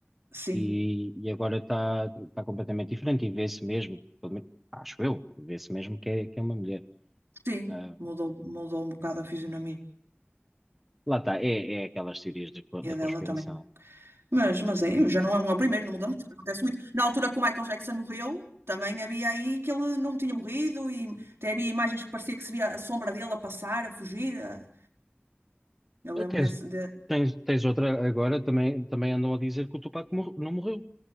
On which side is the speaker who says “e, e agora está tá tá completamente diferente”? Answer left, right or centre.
Centre